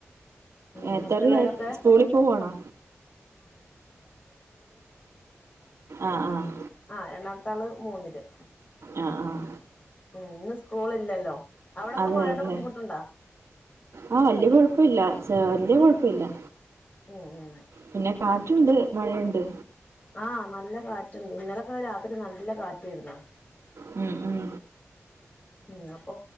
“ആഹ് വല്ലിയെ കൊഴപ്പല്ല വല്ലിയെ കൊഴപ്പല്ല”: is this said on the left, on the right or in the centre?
Right